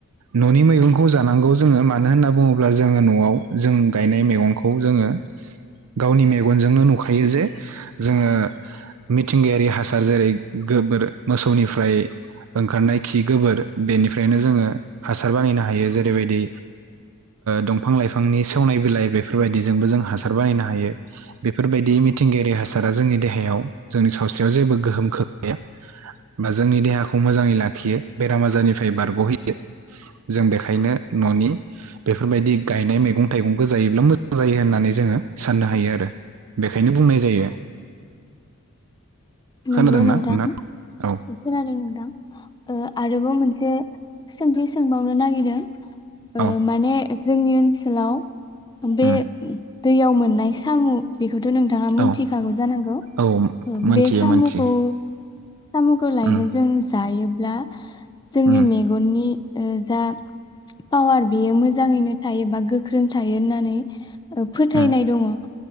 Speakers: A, on the right; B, on the left.
A: न'नि मैगंखौ जानांगौ जोङो मानो होनना बुङोब्ला जोङो न'आव जों गायनाय मैगंखौ जोङो गावनि मेगनजोंनो नुखायो जे जोङो मिथिंगायारि हासार जेरै गोबोर मोसौनिफ्राय ओंखारनाय खि गोबोर बेनिफ्रायनो जोङो हासार बानायनो हायो। जेरैबायदि दंफां लाइफांनि सेवनाय बिलाइ बेफोरबायदिजोंबो जों हासार बानायनो हायो बेफोरबायदि मिथिंगायारि हासार सारा जोंनि देहायाव जोंनि सावस्रियाव जेबो गोहोम खोखैया बा जोंनि देहाखौ मोजाङै लाखियो बेराम आजारनिफ्राय बारग'हैयो जों बेखायनो न'नि बेफोरबायदि गायनाय मैगं थाइगंखौ जायोब्ला मोजां जायो होननानै जोङो साननो हायो आरो बेखायनो बुंनाय जायो।
B: नंगौ
A: खोनादोंना
B: नोंथां।
A: नोंथां औ
B: खोनादों नोंथां ओ आरोबाव मोनसे सोंथि सोंबावनो नागिरदों। ओ
A: औ
B: माने जोंनि ओनसोलाव बे
A: उम
B: दैयाव मोननाय सामु। बेखौथ' नोंथाङा मोनथिखागौ
A: औ
B: जानांगौ
A: औ
B: ओ
A: मोनथियो
B: बे सामुखौ
A: मोनथियो
B: सामुखौ लायनो
A: उम
B: जों जायोब्ला जोंनि
A: उम
B: मेगननि ओ जा पावार बेयो मोजाङैनो थायो बा गोख्रों थायो होननानै ओ फोथायनाय
A: उम
B: दङ